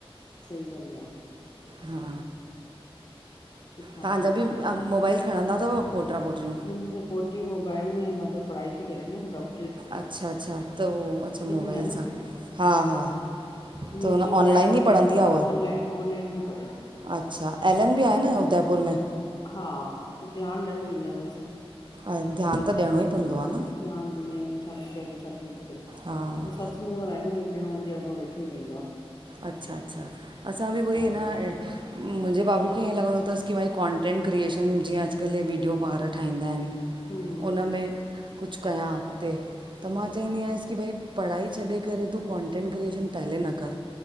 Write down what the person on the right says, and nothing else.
हा
तव्हांजा
बि
मोबाइल खणंदा तव पोटरा पोटरियूं।
अच्छा अच्छा त उहो अच्छा मोबाइल
सां हा हा
त हुन
ऑनलाइन
ई
पढ़ंदी
आहे हूअ
अच्छा एल एम भी आहे न उदयपुर में
ऐं ध्यान त ॾयणो ई पवंदो आ न।
हा
अच्छा अच्छा असां बि उहई अन
मुंहिंजे बाबू खे ईअं लॻंदो तस की भाई कॉन्टेंट क्रिएशन जीअं अॼकल्ह वीडियो ॿार ठाहींदा आहिन।
हुनमें कुछ कयां अॻते। त मां चईंदी दी आहियांस की भई पढ़ाई छॾे करे तू कॉन्टेंट क्रिएशन पहले न कर।